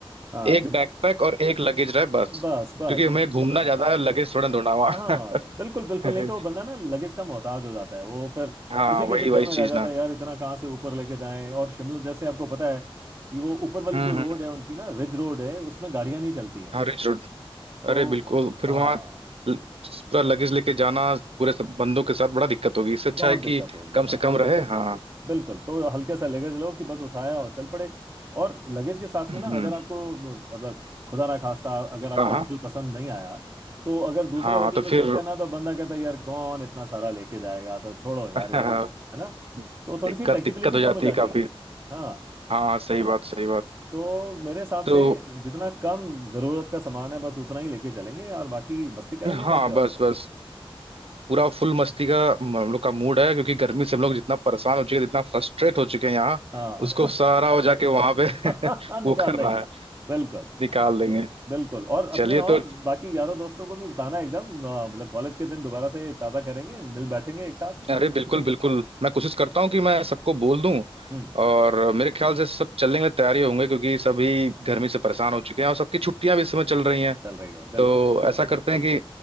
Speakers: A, on the right; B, on the right.
A: हाँ
B: एक
A: जित
B: बैकपैक और एक लगेज रहे बस
A: बस बस
B: क्योंकि हमें
A: उत,
B: घूमना
A: हाँ,
B: ज्यादा है लगेज थोड़ा ढूंढा हुआ
A: हाँ बिल्कुल बिल्कुल
B: <laughs>
A: नहीं तो वो बंदा ना लगेज का मोहताज हो जाता है वो फिर
B: हाँ
A: उसी के
B: वही
A: चक्कर
B: वही
A: में
B: चीज
A: रह जाता
B: ना
A: है यार इतना कहाँ से ऊपर लेके जाएं और शिमला जैसे आपको पता है कि वो ऊपर वाली
B: हम्म
A: जो रोड
B: हम्म
A: है उनकी ना रिज रोड है उसमें गाड़ियां नहीं चलती हैं
B: हाँ रिच अरे
A: तो
B: बिल्कुल फिर
A: हाँ
B: वहाँ ल- पूरा लगेज लेके जाना पूरे सब बंदों के साथ बड़ा दिक्कत होगी इससे अच्छा
A: बहुत
B: है कि
A: दिक्कत होगी
B: कम
A: हाँ
B: से कम रहे हाँ
A: बिल्कुल तो हल्के सा लगेज लो कि बस उठाया और चल पड़े और लगेज के साथ
B: हम्म,
A: में ना अगर आपको मतलब खुदा ना खास्ता अगर
B: हाँ
A: आपको
B: हाँ
A: होटल पसंद नहीं आया तो अगर दूसरे
B: हाँ
A: होटल
B: तो फिर
A: में शिफ्ट करना है, तो बंदा कहता है यार कौन इतना सारा लेके जाएगा तो छोड़ो यार
B: <laughs>
A: इधर ही रहते हैं है ना तो थोड़ी
B: दिक्कत
A: सी फ्लेक्सिबिलिटी
B: दिक्कत हो
A: कम
B: जाती
A: हो
B: है
A: जाती
B: काफी
A: है हाँ
B: हाँ सही बात सही बात
A: तो मेरे हिसाब
B: तो
A: से जितना कम जरूरत का सामान है बस उतना ही लेके चलेंगे और बाकी मस्ती करेंगे वहां
B: हाँ
A: पे और
B: बस बस पूरा फुल मस्ती का म- हम लोग का मूड है क्योंकि गर्मी से हम लोग जितना परेशान हो चुके हैं जितना फ्रस्ट्रेट हो चुके हैं यहाँ
A: हाँ
B: उसको सारा हो जाके वहां पे
A: <laughs>
B: <laughs>
A: निकाल
B: वो करना
A: देंगे
B: है
A: बिल्कुल
B: निकाल देंगे
A: बिल्कुल और अपने
B: चलिए
A: और
B: तो
A: बाकी यारों दोस्तों को भी बताना एकदम अ, मतलब कॉलेज के दिन दोबारा से ताज़ा करेंगे मिल बैठेंगे एक साथ
B: अरे बिल्कुल बिल्कुल मैं कोशिश करता हूँ कि मैं सबको बोल दूं
A: हम्म
B: और मेरे ख्याल से सब चलने के लिए तैयार ही होंगे क्योंकि सभी गर्मी से परेशान हो चुके हैं और सबकी छुट्टियां भी इस समय चल रही हैं
A: चल रही है बिल्कुल
B: तो ऐसा करते हैं कि